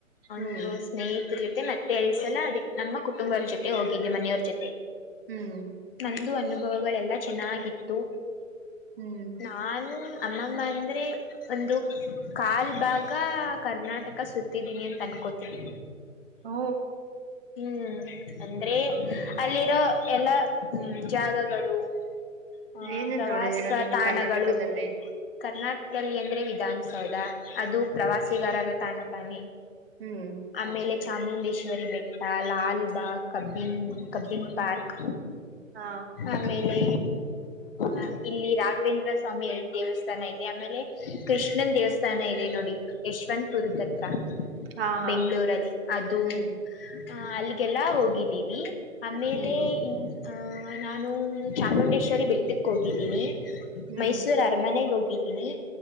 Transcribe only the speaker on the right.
ಹ್ಮ್
ಹ್ಮ್
ಹ್ಮ್
ಓ
ಏನೇನ್
ನೋಡಿದೀರಾ ನೀವು
ಕರ್ನಾಟಕದಲ್ಲಿ
ಹ್ಮ್
ಹ್ಮ್
ಹಾ
ಹಾ ಹಾ
ಹ್ಮ್
ಹ್ಮ್
ಹ್ಮ್